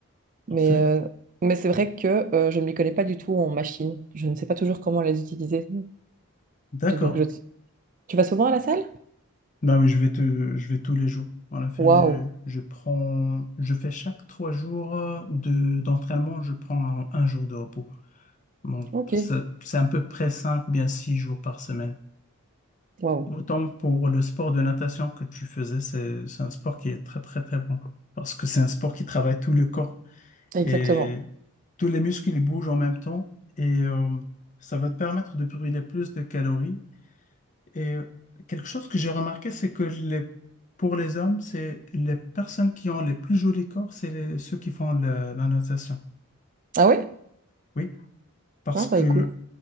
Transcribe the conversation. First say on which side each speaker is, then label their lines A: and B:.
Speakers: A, on the left; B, on the right.
A: Parfait.
B: Mais, euh, mais c'est vrai que euh, je ne m'y connais pas du tout en machine. Je ne sais pas toujours comment les utiliser.
A: D'accord.
B: Je- donc, je- tu vas souvent à la salle?
A: Ben oui, je vais te, je vais tous les jours. En effet,
B: Waouh,
A: je prends, je fais chaque trois jours euh, de, d'entraînement, je prends un, un jour de repos. Bon,
B: ok,
A: c'est c'est à peu près cinq, bien six jours par semaine.
B: waouh,
A: Autant pour le sport de natation que tu faisais, c'est, c'est un sport qui est très, très, très bon. Parce que c'est un sport qui travaille tout le corps.
B: exactement.
A: et tous les muscles ils bougent en même temps et euh, ça va te permettre de brûler plus de calories. Et quelque chose que j'ai remarqué, c'est que les, pour les hommes, c'est les personnes qui ont les plus jolis corps, c'est les- ceux qui font la, la natation.
B: Ah ouais?
A: Oui, parce
B: Ah
A: que
B: bah écoute,